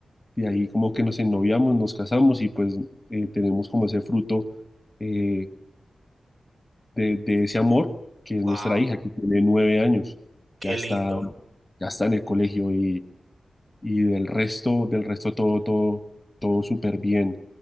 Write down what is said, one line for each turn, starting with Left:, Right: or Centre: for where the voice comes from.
Left: de ahí como que nos ennoviamos, nos casamos y pues eh, tenemos como ese fruto eh, de, de ese amor, que es
Right: Wow,
Left: nuestra hija, que tiene nueve años,
Right: qué
Left: ya está,
Right: lindo.
Left: ya está en el colegio y, y del resto, del resto todo, todo, todo súper bien.